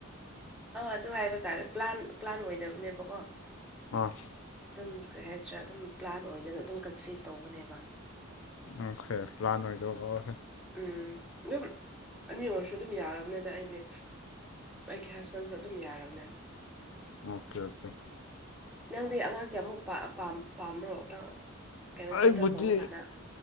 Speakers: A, in the centre; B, on the left.
A: ꯑꯗꯨ ꯍꯥꯏꯕ ꯇꯥꯔꯦ ꯄ꯭ꯂꯥꯟ ꯄ꯭ꯂꯥꯟ ꯑꯣꯏꯗꯕꯅꯦꯕꯀꯣ
B: ꯑꯁ
A: ꯑꯗꯨꯝ ꯀꯔꯤ ꯍꯥꯏꯁꯤꯔꯥ ꯑꯗꯨꯝ ꯄ꯭ꯂꯥꯟ ꯑꯣꯏꯗꯅ ꯑꯗꯨꯝ ꯀꯟꯁꯤꯞ ꯇꯧꯕꯅꯦꯕ
B: ꯑꯣꯈꯦ ꯄ꯭ꯂꯥꯟ ꯑꯣꯏꯗꯕ ꯑꯣ
A: ꯎꯝ ꯑꯗꯨꯝ ꯑꯅꯤ ꯑꯣꯏꯔꯁꯨ ꯑꯗꯨꯝ ꯌꯥꯔꯕꯅꯤꯗ ꯑꯩꯗꯤ ꯑꯩꯒꯤ ꯍꯁꯕꯦꯟꯁꯨ ꯑꯗꯨꯝ ꯌꯥꯔꯕꯅꯦ
B: ꯑꯣꯀꯦ ꯑꯣꯀꯦ
A: ꯅꯪꯗꯤ ꯑꯉꯥꯡ ꯀꯌꯥꯃꯨꯛ ꯄꯥꯝ ꯄꯥꯝ ꯄꯥꯝꯕ꯭ꯔꯣ ꯅꯪ ꯀꯩꯅꯣ
B: ꯑꯩꯕꯨꯗꯤ
A: ꯁꯦꯇꯜ ꯇꯧꯔꯀꯥꯟꯗ